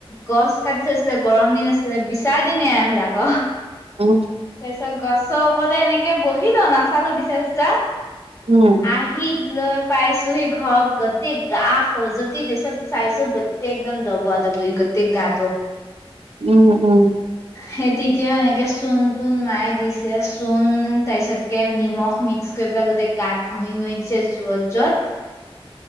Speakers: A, on the left; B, on the right.
A: গছ কাটি থৈছিলে গৰম দিন আছিলে বিচাৰ দিনয়ে হেই বিলাকৰ
B: <unintelligible>
A: তাৰপিছত গছৰ ওপতে এনেকে বহিলো নাচালো বিচা চিচা
B: উম
A: আহি লৈ পাইছোহি ঘৰ গোতেই গা খজতি এই চব চাইছো গোটেই একদম দবোৱা দবই তে গাতো
B: উম উম
A: সেই তেতিয়াও এনেকে চুন তুণ মায়ে দিছে চোণ তাৰপিচত একে নিমখ মিক্স কৰি পেলাই গোটেই গাত ঘঁহি ঘৰি দিছে যত যত